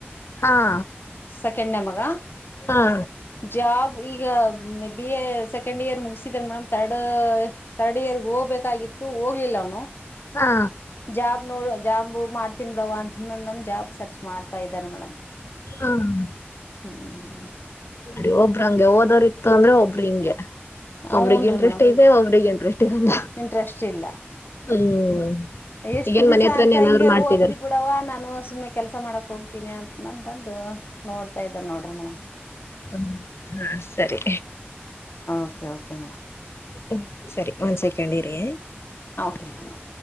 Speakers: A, on the left; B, on the left.
A: ಹಾ
B: ಸೆಕೆಂಡನೆ ಮಗ
A: ಹಾ
B: ಜಾಬ್ ಈಗ ಮೆ ಬಿ ಸೆಕೆಂಡ್ ಇಯರ್ ಮುಗಿಸಿದನೆ ಮೇಡಮ್ ತರ್ಡ್ ಥರ್ಡ್ ಇಯರ್ಗೆ ಹೋಗ್ಬೇಕಾಗಿತ್ತು ಹೋಗ್ಲಿಲ್ಲ ಅವ್ನು
A: ಹಾ
B: ಜಾಬ್ ನೋಡು ಜಾಬ್ ಮಾಡ್ತೀನಿ ಬುಡವ್ವ ಅಂತಂನ್ದ ಜಾಬ್ ಸರ್ಚ್ ಮಾಡ್ತಾ ಇದ್ದಾನ ಮೇಡಮ್.
A: ಹ್ಮ
B: ಹ್ಮ್
A: ಅಡಿ ಒಬ್ಬ್ರ ಹಂಗೆ ಓದೋರ್ ಇತ್ತು ಅಂದ್ರೆ ಒಬ್ಬ್ರ ಹಿಂಗೆ
B: ಹ್ಞನ್
A: ಒಬ್ರಿಗೆ ಇಂಟ್ರೆಸ್ಟ್
B: ರೀ ಮೇಡಮ್
A: ಇರುತ್ತೆ ಒಬ್ಬರಿಗೆ ಇಂಟ್ರೆಸ್ ಇರಲ್ಲ.
B: ಇಂಟ್ರೆಸ್ಟ್ ಇಲ್ಲ
A: ಹ್ಮ್
B: ಎಷ್ಟು
A: ಈಗೇನ್
B: ದಿವಸ
A: ಮನೆ ಹತ್ರನೇ
B: ಅಂತ
A: ಏನಾದ್ರು
B: ಹಿಂಗೆ
A: ಮಾಡ್ತಿದಾರ
B: ಓದ್ಲಿ ಬಿಡು ನಡವಾ ನಾನು ಸುಮ್ನೆ ಕೆಲಸ ಮಾಡಕ್ ಹೋಗ್ತೀನಿ ಅಂತಂತಂದು ನೋಡ್ತಾ ಇದ್ದ ನೋಡ್ರಿ ಮೇಡಮ್
A: ಹ್ಮ <unintelligible> <unintelligible> ಸರಿ
B: ಓಕೆ ಓಕೆ ಮೇಡ್ಮ್.
A: ಹ ಸರಿ ಒಂದ್ ಸೆಕೆಂಡ್ ಇರಿ
B: ಹ ಓಕೆ ಮಡ್ಮ.